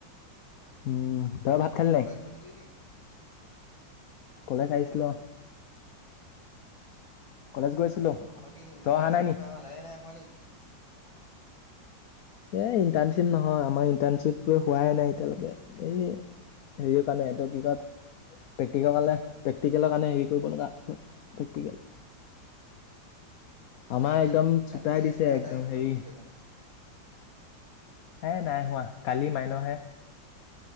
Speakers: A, on the left; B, on the left.
A: উম, তই ভাত খালি
B: কলেজ
A: নাই?
B: গৈছিলি নি
A: কলেজ
B: খালো
A: আহিছিলো
B: খালো
A: অহ। কলেজ গৈছিলো
B: এই তহঁতৰ কি ইণ্টাৰ্শ্বিপৰ
A: তই অহা নাই নি
B: কাম আদায় নাই হোৱানি?
A: এই ইণ্টাৰ্ণশ্বিপ নহয়, আমাৰ ইণ্টাৰ্ণশ্বিপ হোৱাই নাই এতিয়ালৈকে, এই হেৰিৰ কাৰণে এইটো কি কয় প্ৰেক্টিকেল কাৰণে প্ৰেক্টিকেলৰ কাৰণে হেৰি কৰিবলা আছে প্ৰেক্টিকেল। আমাৰ
B: তহঁতি
A: একদম চুটাই
B: কালিয়ে
A: দিছে একদম
B: আদায় হোৱা
A: হেৰি
B: নাছিলে জানো?
A: হে নাই হোৱা কালি মাইনৰ হে।